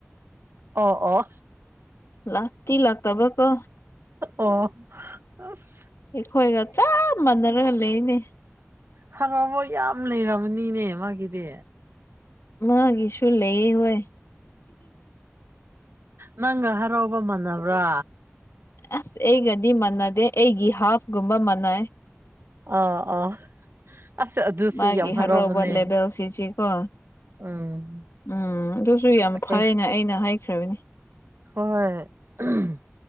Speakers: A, on the right; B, on the left.
A: ꯑꯣ ꯑꯣ
B: ꯂꯥꯛꯇꯤ ꯂꯥꯛꯇꯕ ꯀꯣ
A: ꯑꯣ ꯑꯁ
B: ꯑꯩꯈꯣꯏꯒ ꯆꯞ ꯃꯥꯟꯅꯔꯒ ꯂꯩꯅꯦ
A: ꯍꯔꯧꯕꯣꯚꯛꯂꯧ ꯌꯥꯝ ꯂꯩꯔꯕꯅꯤꯅꯦ ꯃꯥꯒꯤꯗꯤ
B: ꯃꯥꯒꯤꯁꯨꯨ ꯂꯩꯌꯦ ꯍꯣꯏ
A: ꯅꯪ ꯍꯔꯧꯕ ꯑꯣꯕꯃꯅꯕ꯭ꯔꯥ
B: ꯑꯁ ꯑꯩꯒꯗꯤ ꯃꯥꯟꯅꯗꯦ ꯑꯩꯒꯤ ꯍꯥꯐꯀꯨꯝꯕ ꯃꯥꯟꯅꯩ
A: ꯑ ꯑꯥ ꯑꯁ ꯑꯗꯨꯁꯨ
B: ꯃꯥꯒꯤ
A: ꯌꯥꯝ ꯍꯔꯥꯎꯕꯅꯦ
B: ꯍꯔꯥꯎꯕꯗꯂꯦꯕꯦꯜꯁꯤ ꯆꯤ ꯀꯣ
A: ꯎꯝ
B: ꯎꯝ ꯑꯗꯨꯁꯨ ꯌꯥꯝ
A: ꯑꯩꯈꯣꯏ
B: ꯐꯩꯅ ꯑꯩꯅ ꯍꯥꯏꯈ꯭ꯔꯕꯅꯤ
A: ꯍꯣꯏ ꯍꯣꯏ